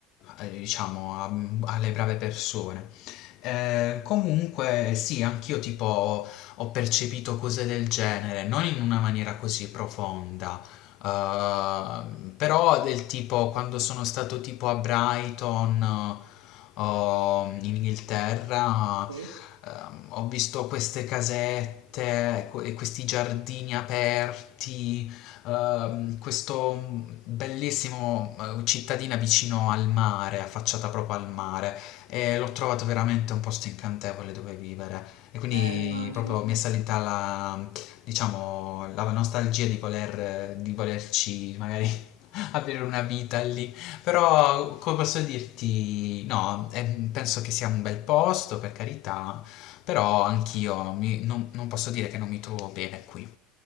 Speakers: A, on the left; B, on the right.
A: eh, diciamo, a- alle brave persone. Eh, comunque, sì, anch'io tipo ho percepito cose del genere, non in una maniera così profonda. Uh, però del tipo quando sono stato tipo a Brighton eh, o in Inghilterra
B: Sì.
A: ehm, ho visto queste casette que- e questi giardini aperti ehm, questo bellissimo eh, cittadina vicino al mare affacciata proprio al mare e l'ho trovato veramente un posto incantevole dove vivere e quindi
B: Eh, immagino.
A: proprio mi è salita la, diciamo, la nostalgia di, voler, di volerci magari <laughs> avere una vita lì. Però, come posso dirti, no, eh, penso che sia un bel posto, per carità, però anch'io mi- non, non posso dire che non mi trovo bene qui.